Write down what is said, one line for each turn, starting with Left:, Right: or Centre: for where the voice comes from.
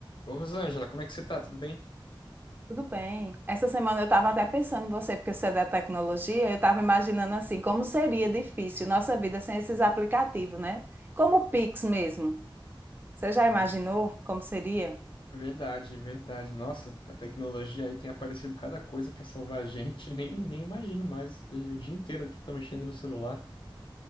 Left: Ô, Rosângela, como é que você tá? Tudo bem?
Right: Tudo bem. Essa semana eu estava até pensando em você, porque você é da tecnologia, eu estava imaginando assim, como seria difícil nossa vida sem esses aplicativos, né? Como o Pix mesmo. Você já imaginou
Left: Ver-
Right: como seria?
Left: Verdade, verdade. Nossa, a tecnologia aí tem aparecido cada coisa pra salvar a gente. <laughs> Nem, nem imagino mais. Eu, o dia inteiro aqui tô mexendo no celular.